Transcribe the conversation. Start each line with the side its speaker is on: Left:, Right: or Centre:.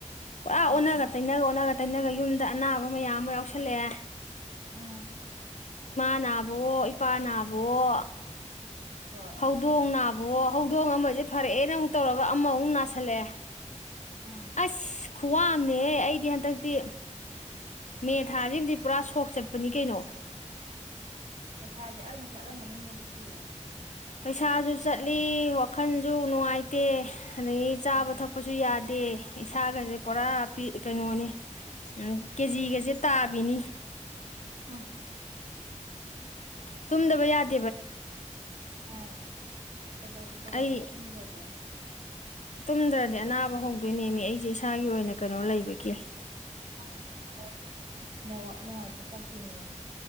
Left: ꯄꯨꯔ ꯑꯣꯅꯒꯥ
Right: ꯎꯝ
Left: ꯇꯩꯅꯒꯥ ꯑꯣꯅ ꯇꯩꯅꯒ ꯌꯨꯝꯗ ꯑꯅꯥꯕ ꯃꯌꯥꯝ ꯑꯃ ꯌꯥꯎꯁꯜꯂꯛꯑꯦ
Right: ꯎꯝ
Left: ꯏꯃ ꯅꯥꯕꯋꯣ ꯏꯄꯥ ꯅꯥꯕꯋꯣ
Right: ꯍꯣꯏ
Left: ꯍꯧꯗꯣꯡꯅꯞ ꯑꯣ ꯍꯧꯗꯣꯡ ꯑꯃꯁꯦ ꯐꯔꯛꯑꯦꯅ ꯑꯃꯨꯛ ꯇꯧꯔꯒ ꯑꯃꯃꯨꯛ ꯅꯥꯁꯥꯜꯂꯛꯑꯦ
Right: ꯎꯝ
Left: ꯑꯁ ꯈꯨ꯭ꯋꯥꯝꯅꯦꯍꯦ ꯑꯩꯗꯤ ꯍꯟꯗꯛꯇꯤ ꯃꯦ ꯊꯥꯁꯤꯃꯗꯤ ꯄꯨꯔꯥ ꯁꯣꯛ ꯆꯠꯄꯅꯤ ꯀꯩꯅꯣ
Right: ꯄꯩꯁꯥꯗꯤ ꯑꯜ ꯆꯠꯂꯝꯃꯅꯤꯅꯦ ꯑꯗꯨꯗꯤ
Left: ꯄꯩꯁꯥꯁꯨ ꯆꯠꯂꯤ ꯋꯥꯈꯜꯁꯨ ꯅꯨꯡꯉꯥꯏꯇꯦ ꯑꯗꯒꯤ ꯆꯥꯕ
Right: ꯎꯝ
Left: ꯊꯛꯄꯁꯨ ꯌꯥꯗꯦ ꯏꯁꯥꯒꯁꯦ ꯄꯨꯔꯥ ꯄꯤ ꯀꯩꯅꯣꯅꯤ ꯀꯦꯖꯤꯒꯁꯦ ꯇꯥꯕꯤꯅꯤ
Right: ꯑ
Left: ꯇꯨꯝꯗꯕ ꯌꯥꯠ
Right: ꯑꯥ ꯀꯩꯗꯧ ꯀꯩꯗꯧꯒꯦ
Left: ꯑꯩ
Right: ꯇꯨꯝꯗꯗꯤ
Left: ꯇꯨꯝꯗ꯭ꯔꯗꯤ ꯑꯅꯥꯕ ꯍꯧꯗꯣꯏꯅꯦꯃꯤ ꯑꯩꯁꯦ ꯏꯁꯥꯒꯤ ꯑꯣꯏꯅ ꯀꯩꯅꯣ ꯂꯩꯕꯒꯤ
Right: ꯑꯦꯁ ꯅꯦꯇꯦꯑꯣꯔꯀ ꯅꯨꯡꯉꯥꯏꯇꯦ ꯆꯞꯄꯤꯅꯦ